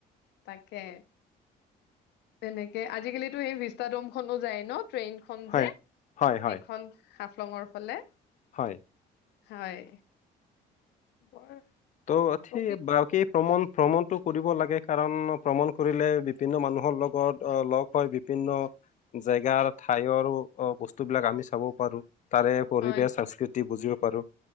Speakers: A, on the left (about 80°); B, on the left (about 45°).
A: তাকে, তেনে কে আজি কালিতো এই ভিস্তাডোম খনো যায় ন ট্ৰেইন খন
B: হয়
A: যে
B: হয় হয়
A: সেইখন হাফলংৰ ফালে
B: হয়
A: হয় বৰ
B: ত থি
A: প্ৰকৃত
B: বাকি ভ্ৰমণ ভ্ৰমণটো কৰিব লাগে কাৰণ ভ্ৰমণ কৰিলে বিভিন্ন মানুহৰ লগত লগ হৈ বিভিন্ন জেগাৰ ঠাইওৰ বস্তুবিলাক আমি চাব পাৰো তাৰে পৰিৱেশ
A: হয়,
B: সংস্কৃতি বুজিব পাৰো